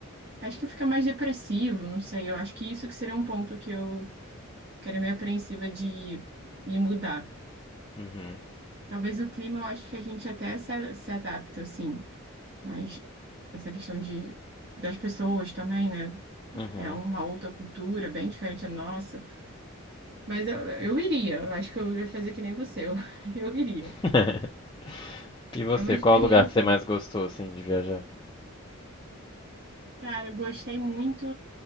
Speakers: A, on the right; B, on the left.
A: acho que fica mais depressivo, não sei. Eu acho que isso que seria um ponto que eu ficaria meio apreensiva de me mudar.
B: uhum,
A: Talvez o clima, eu acho que a gente até se, a- se adapta, assim. Mas essa questão de, das pessoas também, né?
B: uhum.
A: É uma outra cultura, bem diferente da nossa. Mas eu, eu iria, eu acho que eu ia fazer que nem você, eu, <laughs> eu iria.
B: <laughs> E você,
A: É uma experiência,
B: qual o lugar que você mais
A: né?
B: gostou, assim, de viajar?
A: Cara, eu gostei muito